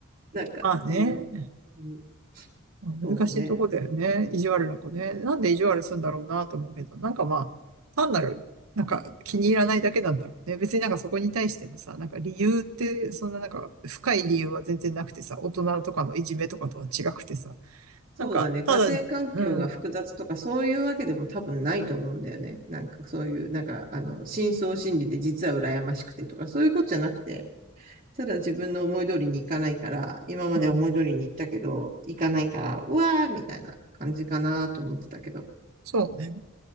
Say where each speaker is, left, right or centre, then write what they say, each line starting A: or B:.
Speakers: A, on the right; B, on the right.
A: なんか、
B: まあね。
A: うん。うん
B: 難しいとこだよね。
A: そうね。
B: 意地悪な子ね。なんで意地悪するんだろうなと思うけど、なんかまあ、単なる、なんか気に入らないだけなんだろうね。別になんかそこに対してのさ、なんか理由って、そんななんか深い理由は全然なくてさ、大人とかのいじめとかとは違くてさ、
A: そうだね。
B: なんか、
A: 家庭環境が複雑とかそういうわけでも多分ないと思うんだよね。
B: ただ、うん、
A: なんかそういう、なんかあの、深層心理で実は羨ましくてとかそういうことじゃなくて、ただ自分の思い通りにいかないから、今まで思い通りに行ったけど、
B: うん、
A: 行かないから、うわーみたいな感じかなと思ってたけど。
B: そうね。